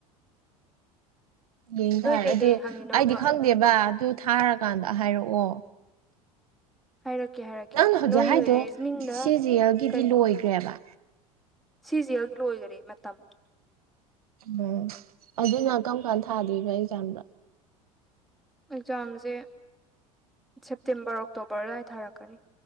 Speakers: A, on the right; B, in the centre.
A: ꯌꯦꯡꯇꯥꯔꯦ
B: ꯅꯣꯏ ꯀꯩꯀꯩ
A: ꯑꯗꯨ
B: ꯍꯪꯉꯤꯅꯣꯕ
A: ꯑꯩꯗꯤ ꯈꯪꯗꯦꯕ ꯑꯗꯨ ꯊꯥꯔꯀꯥꯟꯗ ꯍꯥꯏꯔꯛꯑꯣ
B: ꯍꯥꯏꯔꯛꯀꯦ ꯍꯥꯏꯔꯛꯀꯦ
A: ꯅꯪꯅ ꯍꯧꯖꯤꯛ
B: ꯅꯣꯏꯒꯤ
A: ꯍꯥꯏꯗꯣ
B: ꯔꯤꯖꯅꯤꯡꯗ
A: ꯁꯤ ꯖꯤ ꯑꯦꯜꯒꯤꯗꯤ
B: ꯀꯔꯤ
A: ꯂꯣꯏꯈ꯭ꯔꯦꯕ
B: ꯁꯤꯖꯦꯜꯒꯤ ꯂꯣꯏꯑꯔꯦ ꯃꯇꯝ
A: ꯎꯝ ꯑꯗꯨꯅ ꯀꯔꯝ ꯀꯥꯟ ꯊꯥꯗꯣꯏꯕ ꯑꯦꯛꯖꯥꯝꯗꯣ
B: ꯑꯦꯛꯖꯥꯝꯖꯦ ꯁꯦꯞꯇꯦꯝꯕꯔ ꯑꯣꯛꯇꯣꯕꯔ ꯑꯗꯨꯋꯥꯏ ꯊꯥꯔꯛꯀꯅꯤ